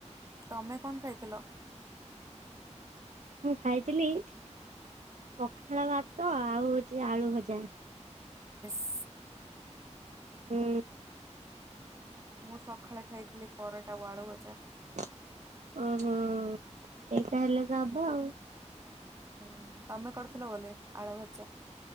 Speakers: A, on the right (about 25°); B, on the right (about 70°).
A: ତୋମେ କଣ ଖାଇଥିଲ?
B: ମୁଁ ଖାଇଥିଲି ପଖାଳ ଭାତ ଆଉ ହଉଛି ଆଳୁ ଭଜା।
A: ଇସ୍
B: ହୁଁ।
A: ମୁଁ ସଖାଳେ ଖାଇଥିଲି ପରଟା ଓ ଆଳୁ ଭଜା।
B: ଅଁ, ହଁ ଏଇଟା ହେଲେ ତ ହବ ଆଉ।
A: ହୁଁ, ତୋମେ କରିଥିଲ ବୋଲେ ଆଳୁ ଭଜା?